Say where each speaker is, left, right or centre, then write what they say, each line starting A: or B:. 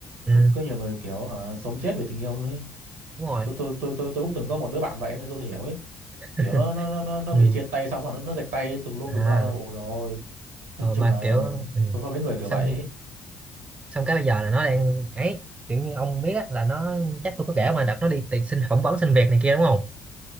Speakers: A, on the right; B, on the right.
A: ừ,
B: có nhiều người kiểu ờ, sống chết vì tình yêu luôn ý
A: đúng rồi
B: tôi tôi tôi tôi tôi cũng từng có một đứa bạn vậy nên tôi hiểu ấy
A: <laughs>
B: kiểu nó nó nó nó nó
A: ừ.
B: bị chia tay xong mà nó nó rạch tay tùm lum
A: à
B: tùm la ồ rồi nói
A: ờ,
B: chung
A: mà
B: là
A: kiểu
B: ờ
A: ừ.
B: có có mấy người kiểu
A: xong
B: vậy ấy.
A: xong cái bây giờ là nó đang ấy kiểu như ông biết á, là nó chắc tôi có kể mà đặt nó đi tìm xin phỏng vấn xin việc này kia đúng không